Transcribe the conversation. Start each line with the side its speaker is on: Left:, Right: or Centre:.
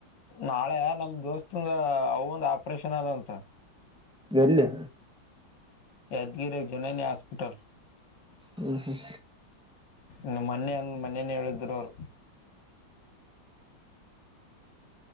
Left: ನಾಳೆ ನಮ ದೋಸ್ತಂದ ಅವ ಒಂದ ಆಪರೇಷನ್ ಅದಂತ
Centre: ಎಲ್ಲಿ
Left: ಯಾದಗಿರಿಗ್ ಜನನ ಹಾಸ್ಪಿಟಲ್
Centre: ಹ್ಮ ಹ್ಮ್
Left: ನಿ ಮೊನ್ನೆ ಹಂ ಮೋನೆನ್ನೆ ಹೇಳಿದ್ರು ಅವ್ರು